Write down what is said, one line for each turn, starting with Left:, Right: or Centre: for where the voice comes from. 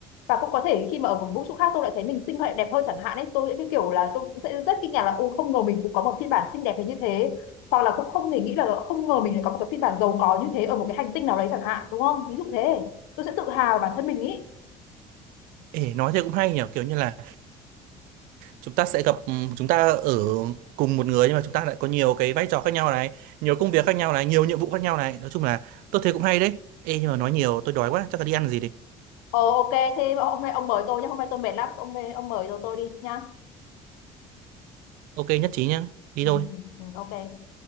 Left: Và cũng có thể khi mà ở một vũ trụ khác tôi lại thấy mình xinh hơn đẹp hơn chẳng hạn ấy, tôi sẽ cái kiểu là tôi cũng sẽ rất kinh ngạc là ô không ngờ mình cũng có một phiên bản xinh đẹp đến như thế. Hoặc là cũng không thể nghĩ là không ngờ mình lại có một cái phiên bản giàu có như thế ở một cái hành tinh nào đấy chẳng hạn, đúng không? Ví dụ thế. Tôi sẽ tự hào bản thân mình ý.
Right: Ê, nói thế cũng hay nhỉ kiểu như là chúng ta sẽ gặp ừm, chúng ta ở cùng một người nhưng mà chúng ta lại có nhiều cái vai trò khác nhau này nhiều công việc khác nhau này nhiều nhiệm vụ khác nhau này nói chung là tôi thấy cũng hay đấy Ê, nhưng mà nói nhiều tôi đói quá chắc là đi ăn gì đi
Left: Ờ ok thế hôm nay ông mời tôi nhé, hôm nay tôi mệt lắm, ông ông mời tôi đi nhá.
Right: Ok nhất trí nhá. Đi
Left: ừ,
Right: thôi.
Left: ừ, ừ, ok